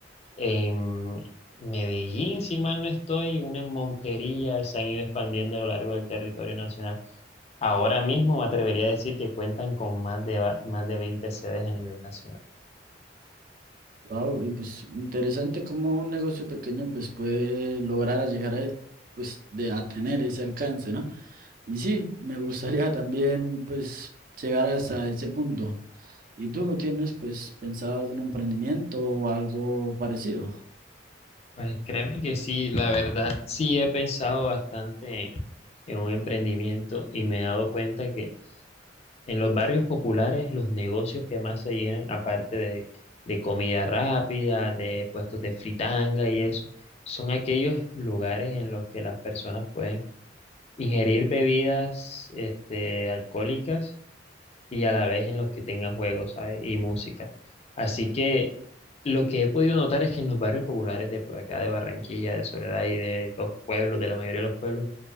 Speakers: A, on the left; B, on the right.
A: en Medellín, si mal no estoy, una en Montería, se han ido expandiendo a lo largo del territorio nacional. Ahora mismo me atrevería a decir que cuentan con más de, va- más de veinte sedes a nivel nacional.
B: Wow, y pues interesante cómo un negocio pequeño pues puede lograr a llegar a, pues de a tener ese alcance, ¿no? Y sí, me gustaría <laughs> también pues llegar hasta ese punto. ¿Y tú no tienes pues pensado algún emprendimiento o algo parecido?
A: Pues créeme que sí, la verdad sí he pensado bastante en, en un emprendimiento y me he dado cuenta que en los barrios populares los negocios que más se llenan, aparte de, de comida rápida, de puestos de fritanga y eso, son aquellos lugares en los que las personas pueden ingerir bebidas este, alcohólicas y a la vez en los que tengan juegos, ¿sabes? Y música. Así que lo que he podido notar es que en los barrios populares de por acá, de Barranquilla, de Soledad y de los pueblos, de la mayoría de los pueblos,